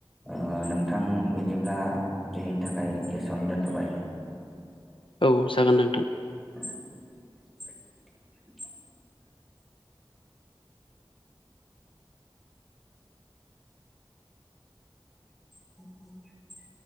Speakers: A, in the centre; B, on the left (about 70°).
A: ओ नोंथां बिदिब्ला दिनैनि थाखाय एसेयावनो दोनथ'बाय।
B: औ जागोन नोंथां।
A: <inaudible> <inaudible>